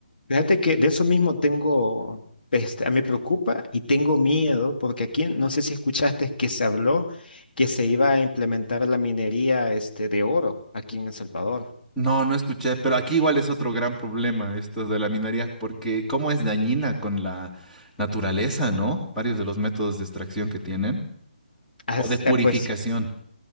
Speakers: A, on the left; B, in the centre.
A: Fíjate que de eso mismo tengo, este, me preocupa y tengo miedo, porque aquí no sé si escuchaste que se habló que se iba a implementar la minería, este, de oro aquí en El Salvador.
B: No, no escuché, pero aquí igual es otro gran problema esto de la minería, porque cómo es dañina con la naturaleza, ¿no? Varios de los métodos de extracción que tienen
A: As-
B: o de purificación.
A: eh, Pues